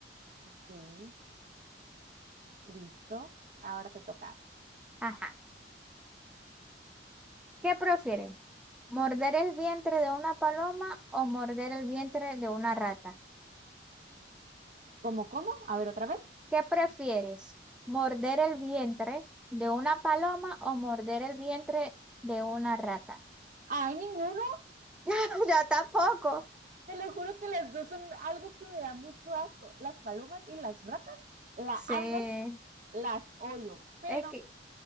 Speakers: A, on the right (about 45°); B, in the centre.
A: Ok, listo. Ahora te toca.
B: Ajá. ¿Qué prefieren? ¿Morder el vientre de una paloma o morder el vientre de una rata?
A: ¿Cómo, cómo? A ver, otra vez.
B: ¿Qué prefieres? ¿Morder el vientre de una paloma o morder el vientre de una rata?
A: ¡Ay, ninguno!
B: <laughs> Yo tampoco.
A: Te lo juro que las dos son algo que me da mucho asco. Las palomas y las ratas, la,
B: Sí.
A: ambas las odio. Pero
B: Es que,